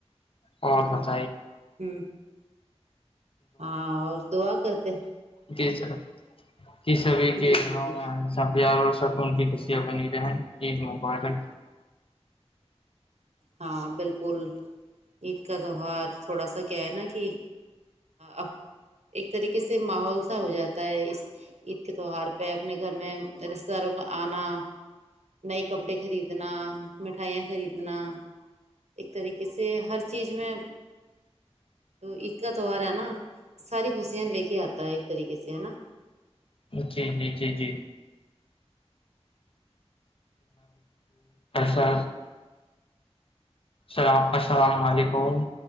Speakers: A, on the left; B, on the right.
A: بہتچھا
B: ہ ہاں اور دععا کرتے
A: جی جر ک سبھی کینوں
B: جی جی جی
A: پیار اور سب ان کی خوشیاں بنی رہیں عید مبارن
B: ہاں بالکل عید کا جوہار تھوڑا سا کیا ہے نا کہ اب ایک طریقے سے ماحول سا ہو جاتا ہے اس عید کے تہوار پہ اپنے گھر میں رشتے داروں کو آنا نئے کپڑے خریدنا مٹھائیاں خریدنا ایک طریقے سے ہر چیز میں ایک کا تیوار ہے نا ساری خوشیاں لے کے آتا ہے ایک طریقے سے ہے نا
A: ج جی جی جی جی سا اللام السلام علیکم